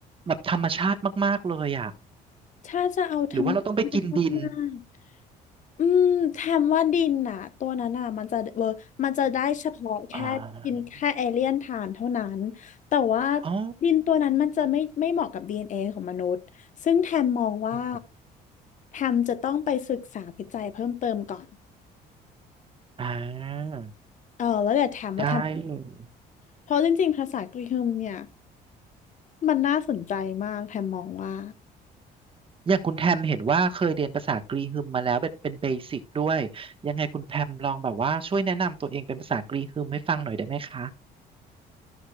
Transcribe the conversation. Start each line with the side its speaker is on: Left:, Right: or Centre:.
Right: แบบธรรมชาติมากๆเลยอ่ะ
Left: ถ้าจะเอาธรรมชาติมาก
Right: หรือว่าเราต้องไปกินดิน
Left: อืมแทมว่าดินน่ะตัวนั้นน่ะมันจะเวอร์มันจะได้เฉพาะแค่กินแค่เอเลี่ยนทานเท่านั้นแต่ว่า
Right: อ๋ออ๋อ
Left: ดินตัวนั้นมันจะไม่ไม่เหมาะกับ DNA ของมนุษย์ซึ่งแทมมองว่า
Right: อ๋อ
Left: แทมจะต้องไปศึกษาวิจัยเพิ่มเติมก่อน
Right: อ่า
Left: เออแล้วเดี๋ยวแทมว่าแทม
Right: ได้เลย
Left: เพราะจริงๆภาษากรีกเนี่ยมันน่าสนใจมากแทมมองว่า
Right: อย่างคุณแทมเห็นว่าเคยเรียนภาษากรีฮึมมาแล้วแบบเป็นเบสิกด้วย ยังไงคุณแพมลองแบบว่าช่วยแนะนำตัวเองเป็นภาษากรีฮึมให้ฟังหน่อยได้ไหมคะ